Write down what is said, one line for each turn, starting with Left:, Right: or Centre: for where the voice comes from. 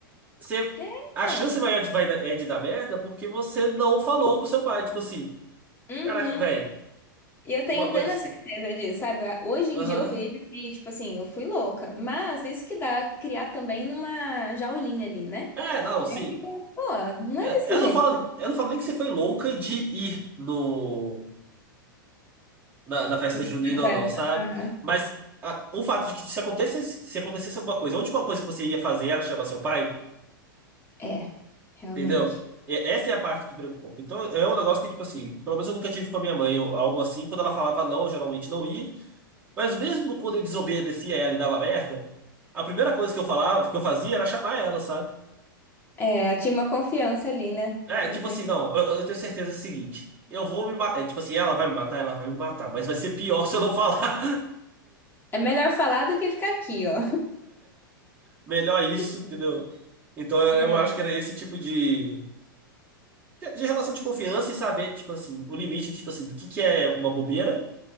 Right: você,
Left: É,
Right: a
Left: então.
Right: chance maior de, vai, é de dar merda porque você não falou com seu pai. Tipo assim,
Left: Uhum.
Right: caraca, velho,
Left: E eu tenho
Right: uma
Left: plena
Right: coisa assim.
Left: certeza disso, sabe? Hoje em
Right: Aham.
Left: dia eu vejo que, tipo assim, eu fui louca. Mas isso que dá criar também numa jaulinha ali, né?
Right: É, não,
Left: É,
Right: sim.
Left: pô, não
Right: É,
Left: é desse
Right: Eu
Left: jeito
Right: não falo, eu não falo nem que você foi louca de ir no. na, na festa junina
Left: essa festa.
Right: ou não, sabe?
Left: Aham.
Right: Mas a- o fato de que se acontecesse, se acontecesse alguma coisa, a última coisa que você ia fazer era chamar seu pai,
Left: É, realmente.
Right: entendeu? E- essa é a parte que preocupa. Então é um negócio que, tipo assim, pelo menos eu nunca tive com a minha mãe ou algo assim. Quando ela falava não, eu geralmente não ia. Mas mesmo quando eu desobedecia ela e dava merda, a primeira coisa que eu falava, que eu fazia era chamar ela, sabe?
Left: É, tinha uma confiança ali, né?
Right: É,
Left: Não
Right: tipo
Left: tem...
Right: assim, não, eu, eu tenho certeza do seguinte. Eu vou me matar. tipo assim, ela vai me matar, ela vai me matar. Mas vai ser pior se eu não falar.
Left: É melhor falar do que ficar aqui, ó.
Right: melhor isso, entendeu?
Left: Sim.
Right: Então eu
Left: Real.
Right: eu acho que era esse tipo de, de relação de confiança e saber, tipo assim, o limite, tipo assim, do que que é uma bobeira,